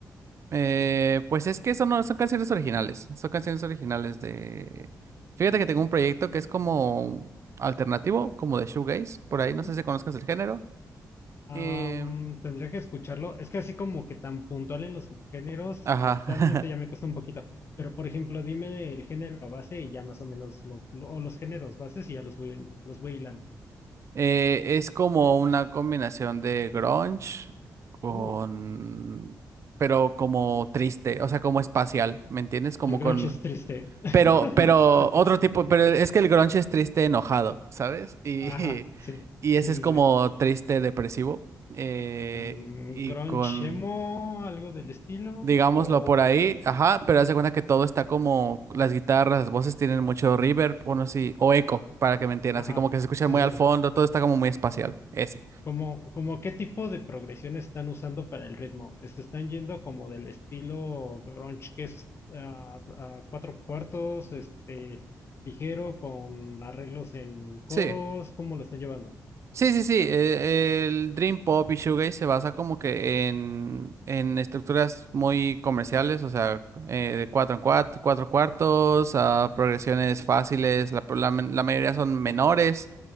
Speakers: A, on the right; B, on the left.
A: eh, pues es que eso no son canciones originales, son canciones originales de, fíjate que tengo un proyecto que es como alternativo, como de shoegaze, por ahí
B: Uh.
A: no sé si conozcas el género.
B: Am,
A: Eh,
B: tendría que escucharlo. Es que así como que tan puntual en los subgéneros,
A: ajá.
B: actualmente
A: <laughs>
B: ya me cuesta un poquito. Pero por ejemplo, dime el género base y ya más o menos lo- lo- o los géneros bases y ya los voy los voy hilando.
A: Eh, es como una combinación de grunge con...
B: Uh.
A: pero como triste, o sea, como espacial, ¿me entiendes? Como
B: El
A: con...
B: grunge es triste. <laughs>
A: Pero, pero otro tipo, pero es que el grunge es triste enojado, ¿sabes? Y,
B: Ajá, sí.
A: <laughs> y ese
B: Sí,
A: es
B: sí,
A: como
B: sí.
A: triste depresivo. eh,
B: mm,
A: y
B: grunge
A: con...
B: emo, algo del estilo,
A: digámoslo
B: o,
A: por ahí, ajá, pero haz de cuenta que todo está como las guitarras, las voces tienen mucho reverb, o no sé, o eco, para que me entiendan,
B: ajá,
A: así como que se escucha
B: sí,
A: muy
B: sí,
A: al
B: sí.
A: fondo, todo está como muy espacial, ese.
B: Como, como qué tipo de progresión están usando para el ritmo. ¿Se están yendo como del estilo grunge que es ah, a cuatro cuartos, este, ligero, con arreglos en coros?
A: Sí.
B: ¿Cómo lo están llevando?
A: Sí, sí, sí, eh, el Dream Pop y Shoegaze se basa como que en, en estructuras muy comerciales, o sea, eh, de cuatro en cuatro, cuatro cuartos, a progresiones fáciles, la, la la mayoría son menores,